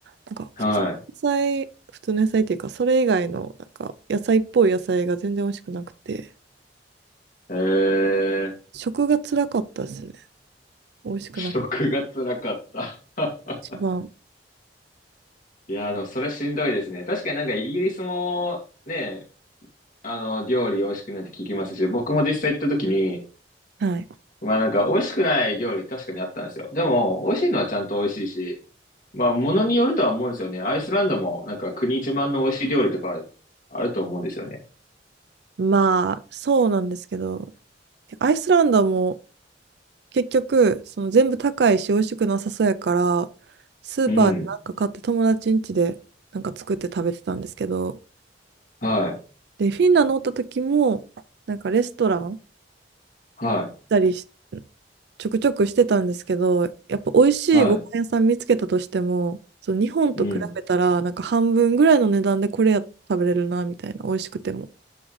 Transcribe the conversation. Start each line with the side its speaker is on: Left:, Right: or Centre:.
Right: なんか普通の野菜、
Left: は
Right: 普通の野菜っていうか、それ以外の、なんか野菜っぽい野菜が全然美味しくなくて、
Left: い。えー、
Right: 食が辛かったですね。美味しくなくて。
Left: <laughs> 食が辛かった。<laughs>
Right: 一番。
Left: いやー、でもそれしんどいですね。確かになんかイギリスもね、あの、料理美味しくないって聞きますし、僕も実際行った時に、
Right: はい。
Left: まあなんか美味しくない料理確かにあったんですよ。でも、美味しいのはちゃんと美味しいし、まあ物によるとは思うんですよね。アイスランドもなんか国自慢の美味しい料理とかあると思うんですよね。
Right: まあ、そうなんですけど、アイスランドも結局、その全部高いし美味しくなさそうやから、スーパーでなんか買って友達ん家でなんか作って食べてたんですけど、
Left: うん。はい。
Right: で、フィンランドおった時も、なんかレストラン行っ
Left: はい。
Right: たりし、ちょくちょくしてたんですけど、やっぱ美味しいご飯屋さん見つけたとしても、
Left: はい。
Right: そう日本と比べたら、
Left: うん。
Right: なんか半分ぐらいの値段でこれや食べれるな、みたいな、美味しくても。